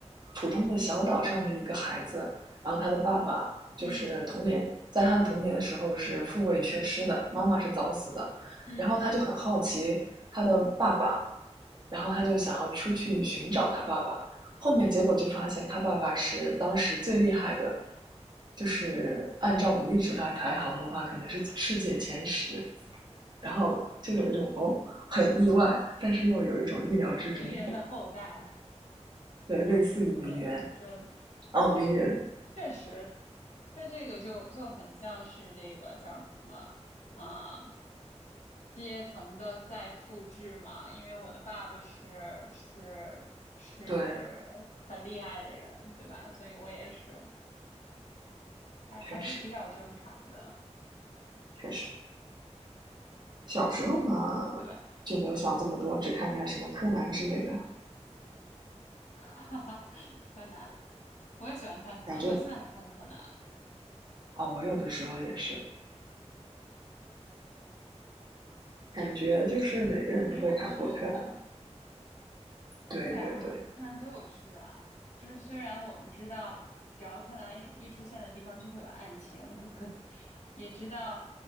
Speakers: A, on the right (about 40°); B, on the left (about 80°).
A: 普通的小岛上的一个孩子，然后他的爸爸就是童年，
B: 嗯
A: 在他的童年的时候是父位缺失的，妈妈是早死的，
B: 嗯嗯，
A: 然后他就很好奇他的爸爸，然后他就想要出去寻找他爸爸，后面结果就发现他爸爸是当时最厉害的，就是按照武力值来排行的话，可能是世界前十。然后就有一种哦，很意外，但是又有一种意料之中。
B: 名人的后代，
A: 对，类似于名媛
B: 对，就
A: 哦，名人。
B: 确实，它这个就就很像是这个叫什么啊、阶层的再复制嘛。因为我的爸爸是是是很厉害的人，
A: 对，
B: 对吧？所以我也是还还是比较正常的。
A: 确实确实，小时候嘛
B: 对，
A: 就没有想这么多，只看看什么柯南之类的。
B: <laughs> 柯南，我也喜欢看柯南，
A: 感觉
B: 我到现在还看柯南，
A: 哦，我有的时候也是，感觉就是每个人都会看过柯南。
B: 嗯，还是挺有趣的。
A: 对对对，
B: 对啊，柯南多有趣啊！就是虽然我们知道，只要柯南一出现的地方就会有案情，<laughs> 也知道